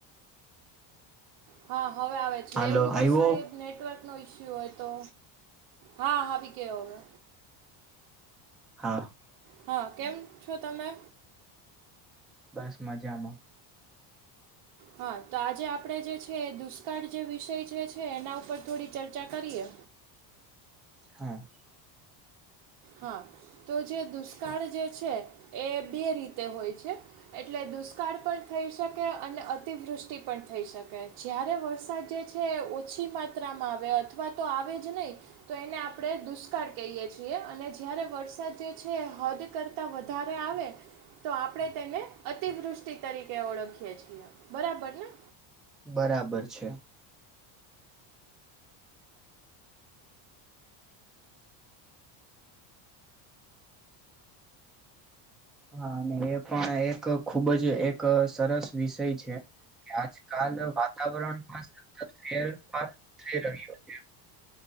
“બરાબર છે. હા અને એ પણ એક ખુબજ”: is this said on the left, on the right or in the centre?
Centre